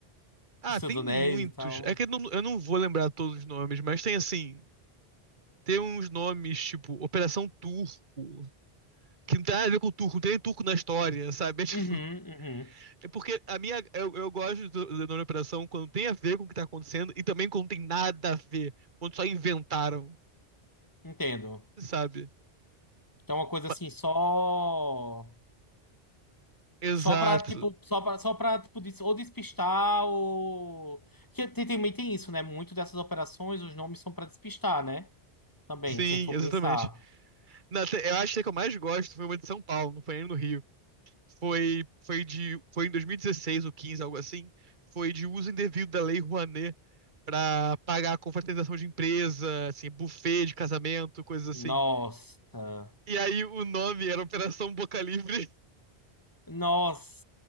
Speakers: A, on the right (about 50°); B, on the left (about 20°).
A: Ah,
B: dos Seus
A: tem
B: Anéis
A: muitos.
B: e tal.
A: É que eu não, eu não vou lembrar todos os nomes, mas tem assim. Tem uns nomes tipo Operação Turco, que não tem nada a ver com turco, não tem nem turco na história, sabe? <laughs> É, tipo,
B: Uhum, uhum,
A: é porque a minha. Eu, eu gosto do, do nome Operação quando tem a ver com o que tá acontecendo e também quando tem nada a ver, quando só inventaram,
B: entendo.
A: sabe?
B: Então é uma coisa
A: Pa-
B: assim, só.
A: Exato.
B: Só pra, tipo, só pra, só pra, tipo, des- ou despistar ou... Que tem, também tem isso, né? Muito dessas operações, os nomes são pra despistar, né? Também,
A: Sim,
B: se a gente for
A: exatamente.
B: pensar.
A: Na- eu acho que a que eu mais gosto foi uma de São Paulo, não foi nem no Rio. Foi, foi de, foi em 2016 ou 15, algo assim. Foi de uso indevido da Lei Rouanet pra pagar a confraternização de empresa, assim, buffet de casamento, coisas assim.
B: Nossa.
A: E aí o nome era Operação Boca Livre.
B: Nossa.